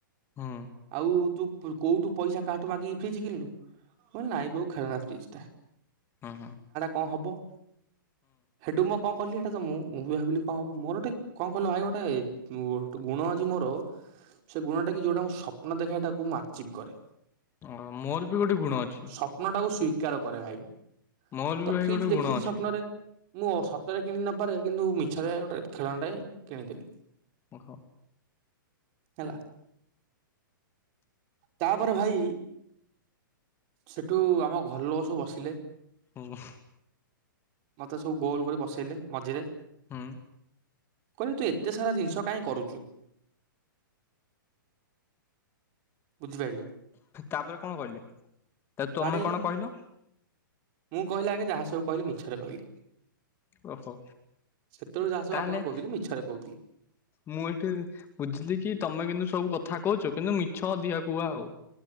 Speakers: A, on the left (about 20°); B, on the right (about 35°).
A: ହୁଁ
B: ଆଉ ତୁ କୋଉଠୁ ପଇସା କାହାଠୁ ମାଗିକି ଫ୍ରିଜ କିଣିଲୁ। ମୁ କହିଲି ନାଇ ବୋଉ ଖେଳନା ପ୍ରିଜ ଟା।
A: ହଁ ହଁ
B: କଁ ହବ ସେଠୁ ମୁଁ କଣ କଲି ସେଇଟା ତ ମୁଁ ବି ଭାବିଲି କଣ ହବ ମୋର ଗୋ କଣ କିଲ ଭାଇ ଗୋଟେ। ମୁଁ ଗୁଣ ଆଜି ମୋର ସେ ଗୁଣଟା କି ଯେଉଁଟା ମୁଁ ସ୍ୱପ୍ନ ଦେଖେ ମୁ ସେଠାକୁ ଆଚିଭ୍ କରେ।
A: ଓ ମୋର ବି ଗୋଟେ ଗୁଣ ଅଛି।
B: ସ୍ୱପ୍ନ ଟାକୁ ସିକାର କରେ ଭାଇ ମୁଁ ତ
A: ମୋର ବି ଭାଇ
B: ଫ୍ରିଜ
A: ଗୋଟେ ଗୁଣ
B: ଦେଖିଲି
A: ଅଛି
B: ସ୍ୱପ୍ନରେ। ମୁଁ ସତରେ କିଣି ନପାରେ କିନ୍ତୁ ମିଛରେ ଗୋଟେ ଖେଳନାଟେ କିଣିଦେଲି।
A: ଓହୋ
B: ହେଲା ତାପରେ ଭାଇ ସେଠୁ ଆମ ଘରଲୋକ ସବୁ ବସିଲେ।
A: ହୁଁ
B: ମତେ ସବୁ ଗୋଲ କରି ବସେଇଲେ ମଝିରେ।
A: ହୁଁ।
B: କହିଲେ ତୁ ଏତେ ସାରା ଜିନିଷ କାହିଁ କରୁଚୁ। ବୁଝିପାରିଲେ।
A: ତାପରେ କଣ କହିଲେ? ତ ତମେ
B: ପାଡେଇଲେ
A: କଣ କହିଲ
B: ମୁଁ କହିଲି ଆଗେ ଯାହା ସବୁ କହିଲି ମିଛରେ କହିଲି।
A: ଓହୋ
B: ସେତେବେଳୁ ଯାହା ସବୁ
A: ତାହେଲେ
B: ଆପଣଙ୍କୁ କହୁଥିଲି ମିଛରେ କହୁଥିଲି।
A: ମୁଁ ଏଠି ବୁଝିଲି କି ତମେ କିନ୍ତୁ ସବୁ କଥା କହୁଛ କିନ୍ତୁ ମିଛ ଅଧିକ କୁହ ଆଉ।